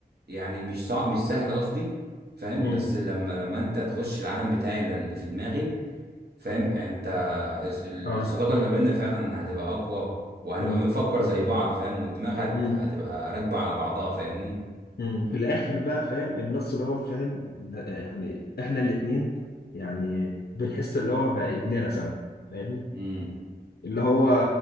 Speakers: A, on the right (about 75°); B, on the left (about 70°).
A: يعني مش صعب مش سهل قصدي فاهم
B: امم
A: بس لما لما انت تخش العالم بتاعي اللي في دماغي فاهم يعني انت الص- الصداقه
B: اه
A: اللي ما بيننا فعلا هتبقى اقوى وهنبقى
B: امم
A: بنفكر زي بعض فاهم والدماغ هت...
B: امم
A: هتبقى راكبه على بعضها فاهمني
B: امم في الاخر بقى فاهم النص دوت فاهم ده- يعني احنا الاتنين يعني بنحس اللي هو بقى ابننا سوا فاهمني
A: امم
B: اللي هو